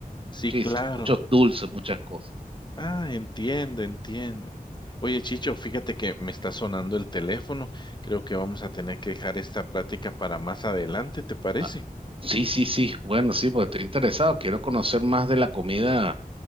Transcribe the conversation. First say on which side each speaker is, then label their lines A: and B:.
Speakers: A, on the left; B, on the right.
A: Sí,
B: Muchísimo,
A: claro.
B: muchos dulces, muchas cosas.
A: Ah, entiendo, entiendo. Oye, Chicho, fíjate que me está sonando el teléfono. Creo que vamos a tener que dejar esta plática para más adelante, ¿te parece?
B: Ah, sí, sí, sí. Bueno, sí, porque estoy interesado. Quiero conocer más de la comida